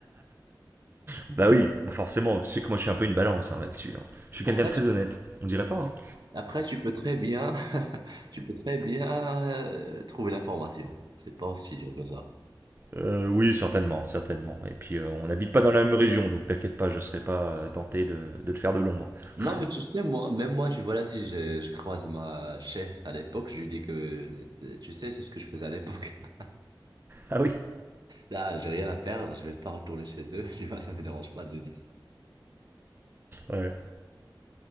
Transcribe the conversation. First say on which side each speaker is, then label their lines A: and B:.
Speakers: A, on the right; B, on the right.
A: bah oui, forcément. Tu sais que moi, je suis un peu une balance hein, là-dessus. hein. Je suis
B: Après,
A: quelqu'un de très
B: tu,
A: honnête. On dirait pas. hein.
B: après, tu peux très bien, <laughs> tu peux très bien euh, trouver l'information. C'est pas aussi dur que ça.
A: Euh, oui, certainement, certainement. Et puis, euh, on n'habite pas dans la même région, donc t'inquiète pas, je serais pas euh, tenté de, de te faire de l'ombre. <laughs>
B: Non, mais tu sais, moi, même moi, je, voilà, si je, je croise ma chef à l'époque, je lui dis que, euh, tu sais, c'est ce que je faisais à l'époque. <laughs>
A: Ah oui
B: Là, j'ai rien à perdre, je vais pas retourner chez eux, <laughs> tu vois, ça me dérange pas de le dire.
A: Ouais.